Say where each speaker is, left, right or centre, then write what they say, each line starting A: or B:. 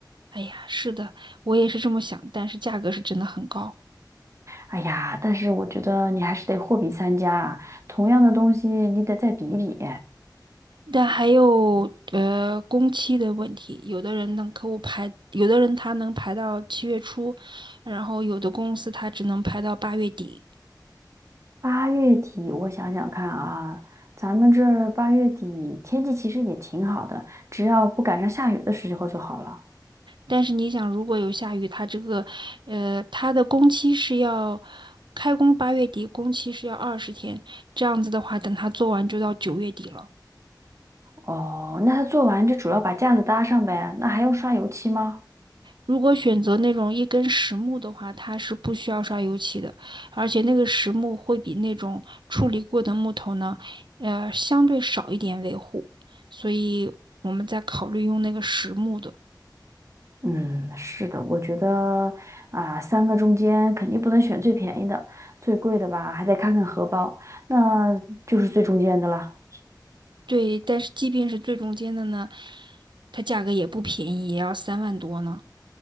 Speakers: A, on the right (about 85°); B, on the right (about 40°).
A: 哎呀，是的，我也是这么想，但是价格是真的很高。
B: 哎呀，但是我觉得你还是得货比三家啊，同样的东西你得再比一比。
A: 但还有呃工期的问题，有的人能客户排，有的人他能排到七月初，然后有的公司他只能排到八月底。
B: 八月底，我想想看啊，咱们这儿八月底天气其实也挺好的，只要不赶上下雨的时候就好了。
A: 但是你想，如果有下雨，他这个呃他的工期是要开工八月底，工期是要二十天，这样子的话，等他做完就到九月底了。
B: 哦，那他做完就主要把架子搭上呗，那还用刷油漆吗？
A: 如果选择那种一根实木的话，它是不需要刷油漆的，而且那个实木会比那种处理过的木头呢，呃，相对少一点维护，所以我们在考虑用那个实木的。
B: 嗯，是的，我觉得啊，三个中间肯定不能选最便宜的，最贵的吧，还得看看荷包，那就是最中间的了。
A: 对，但是即便是最中间的呢，它价格也不便宜，也要三万多呢。